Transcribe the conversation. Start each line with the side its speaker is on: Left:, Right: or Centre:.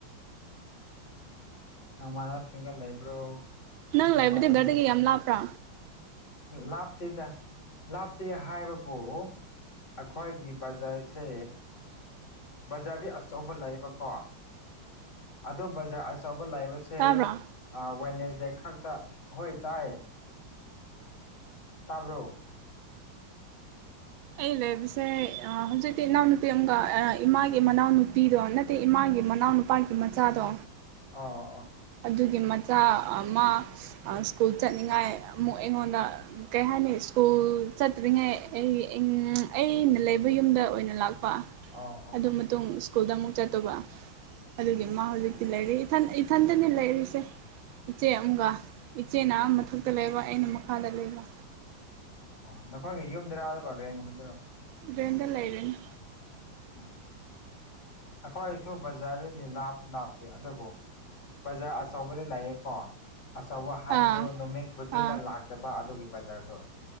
Left: ꯅꯃꯥꯟꯅꯕ ꯁꯤꯡꯒ ꯂꯩꯕ꯭ꯔꯣ
Right: ꯅꯪ
Left: ꯏꯄꯥꯏ
Right: ꯂꯩꯕꯗꯤ
Left: ꯑꯃ
Right: ꯒꯔꯤ ꯌꯥꯝ ꯂꯥꯞꯄ꯭ꯔꯥ
Left: ꯂꯥꯞꯇꯦꯗ ꯂꯥꯞꯇꯦ ꯍꯥꯏꯕꯕꯨ ꯑꯩꯈꯣꯏꯒꯤ ꯕꯖꯥꯔꯁꯦ ꯕꯖꯥꯔꯗꯤ ꯑꯆꯧꯕ ꯂꯩꯥꯕꯀꯣ ꯑꯗꯣ ꯕꯖꯥꯔ ꯑꯆꯧꯕ ꯂꯩꯕꯁꯦ ꯁꯦ
Right: ꯇꯥꯕ꯭ꯔꯥ
Left: ꯑꯥ ꯋꯥꯅꯦꯁ ꯗꯦ ꯈꯛꯇ ꯍꯣꯏ ꯇꯥꯏ ꯇꯥꯕ꯭ꯔꯣ
Right: ꯑꯩ ꯂꯩꯕꯁꯦ ꯍꯧꯖꯤꯛꯇꯤ ꯏꯅꯥꯎꯅꯨꯄꯤ ꯑꯃꯒ ꯏꯃꯥꯒꯤ ꯃꯅꯥꯎꯅꯨꯄꯤꯗꯣ ꯅꯠꯇꯦ ꯏꯃꯥꯒꯤ ꯃꯅꯥꯎꯅꯨꯄꯤ ꯃꯒꯤ ꯃꯆꯥꯗꯣ
Left: ꯑꯥ ꯑꯥ
Right: ꯑꯗꯨꯒꯤ ꯃꯆꯥ ꯃꯥ ꯁ꯭ꯀꯨꯜ ꯑꯥ ꯆꯠꯅꯤꯉꯥꯏ ꯑꯃꯨꯛ ꯑꯩꯉꯣꯟꯗ ꯀꯩ ꯍꯥꯏꯅꯤ ꯁ꯭ꯀꯨꯜ ꯆꯠꯇ꯭ꯔꯤꯉꯩ ꯑꯩ ꯑꯩꯅ ꯂꯩꯕ ꯌꯨꯝꯗ ꯑꯣꯏꯅ ꯂꯥꯛꯄ
Left: ꯑꯣ ꯑꯣ
Right: ꯑꯗꯨ ꯃꯇꯨꯡ ꯁ꯭ꯀꯨꯜꯗ ꯑꯃꯨꯛ ꯆꯠꯇꯧꯕ ꯑꯗꯨꯒꯤ ꯃꯥ ꯍꯧꯖꯤꯛꯇꯤ
Left: ꯑ
Right: ꯂꯩꯔꯦ ꯏꯊꯟ ꯏꯊꯟꯇꯅꯤ ꯂꯩꯔꯤꯁꯦ ꯏꯆꯦ ꯑꯃꯒ ꯏꯆꯦꯅ
Left: ꯑ ꯑ
Right: ꯑꯃ ꯃꯊꯛ ꯇ ꯂꯩꯕ ꯑꯩꯅ ꯃꯈꯥꯗ ꯂꯩꯕ
Left: ꯑꯣ ꯅꯈꯣꯏꯒꯤ ꯌꯨꯝꯗꯔꯥꯗ ꯑꯗꯨꯒ ꯔꯦꯟꯒꯨꯝꯕꯗꯔꯣ
Right: ꯔꯦꯟꯗ ꯂꯩꯔꯤꯅꯦ
Left: ꯑꯣ ꯑꯩꯈꯣꯏꯁꯨ ꯕꯖꯥꯔꯗꯤ ꯂꯥꯞ ꯂꯥꯞꯇꯦ ꯑꯗꯨꯕꯨ ꯕꯖꯥꯔ ꯑꯆꯧꯕꯗꯤ ꯂꯩꯑꯦꯀꯣ ꯑꯆꯧꯕ ꯍꯥꯏꯕꯗꯨ
Right: ꯑꯥ
Left: ꯅꯨꯃꯤꯠ ꯈꯨꯗꯤꯡꯗ
Right: ꯑꯥ
Left: ꯂꯥꯛꯇꯕ ꯑꯗꯨꯒꯤ ꯕꯖꯥꯔꯁꯨ